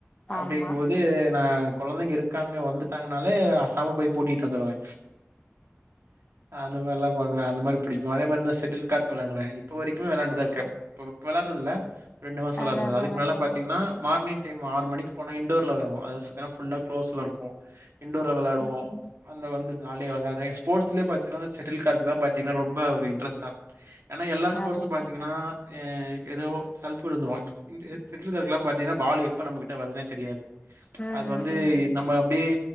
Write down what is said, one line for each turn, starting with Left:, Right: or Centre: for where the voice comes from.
Right: அப்டிங்கும்போது
Left: ஆமா
Right: நா கொழந்தைங்க இருக்காங்க வந்துட்டாங்கனாலே அசாம போய் பூட்டிட்டு வந்துருவே அந்த மாரிலா பண்ணுவே அந்த மாரி புடிக்கு அதே மாரிதா செட்டில்க்காட் வெளாடுவே இப்ப வரைக்குமே வெளாண்டுதா இருக்கே இப்ப வெளாடுறது இல்ல ரெண்டு மாச வெளாடுறதில்ல
Left: அதா அதா
Right: அதுக்கு மின்னால
Left: அதாங்க
Right: பாத்தீங்கன்னா மார்னிங டைம் ஆறு மணிக்கு போன இண்டோர்ல் வெளாடுவோ அத சிக்னா ஃபுல்லா குளோஸ்ல இருக்கு இன்டோர் வெளாடுவோ
Left: ம்
Right: அந்த வந்து ஜாலிய வெளையாடுற ஸ்ஃபோட்ஸ்லே பாத்தீனா அந்த செட்டில் ஹார்க்தா பாத்தீனா ரொம்ப ஒரு இன்ட்ரஸ்டானா ஏனா எல்லா ஸ்போர்ட்ஸ்சு
Left: அதே அதே
Right: பாத்தீங்கன்னா ஏதோ சலப்பு விழுந்துரு செ செட்டில்கார்க்ல்லா பாத்தீங்கன்னா பால் எப்ப நம்மகிட்ட வருதுனே தெரியாது
Left: ம்
Right: அது
Left: ம்
Right: வந்து
Left: ம்
Right: நம்ப அப்டியே